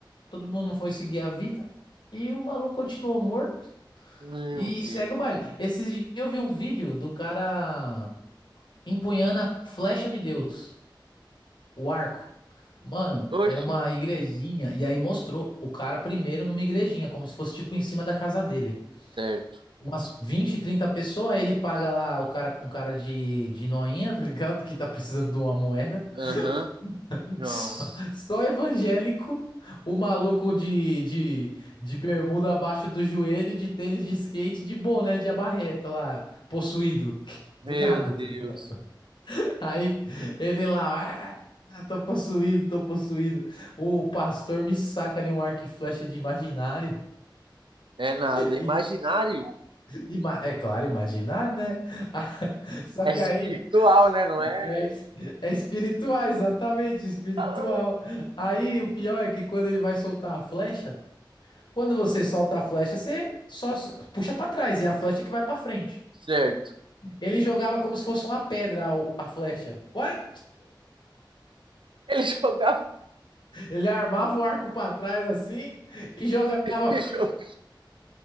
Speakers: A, on the left (about 65°); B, on the right (about 80°).
A: Todo mundo foi seguir a vida. E o maluco continuou morto.
B: <laughs> Meu
A: E
B: Deus.
A: segue o baile. Esses dias eu vi um vídeo do cara empunhando a flecha de Deus, o arco. Mano,
B: Oxe.
A: era uma igrejinha. E aí mostrou o cara primeiro numa igrejinha, como se fosse tipo em cima da casa dele
B: Certo.
A: umas 20, 30 pessoas, ele paga lá o cara com cara de, de noinha, tá ligado? Que tá precisando de uma moeda.
B: Aham.
A: <laughs>
B: Nossa.
A: Só, só evangélico, o maluco de, de, de bermuda abaixo do joelho, de tênis de skate, de boné de abarreta lá, possuído. <laughs>
B: Meu
A: Do nada, tá
B: Deus.
A: ligado? Aí ele lá, ah, tô possuído, tô possuído. O pastor me saca ali um arco e flecha de imaginário.
B: É nada. Imaginário
A: e Ima- É claro, imaginar, né? <laughs> Só
B: é
A: que
B: espiritual,
A: aí
B: né? Não é?
A: é, es- é espiritual, exatamente, espiritual.
B: Ah,
A: Aí o pior é que quando ele vai soltar a flecha, quando você solta a flecha, você só s- puxa pra trás e é a flecha que vai pra frente.
B: Certo.
A: Ele jogava como se fosse uma pedra a, o- a flecha. Uai!
B: Ele jogava.
A: Ele armava o arco pra trás assim e jogava
B: <laughs> ele jogava-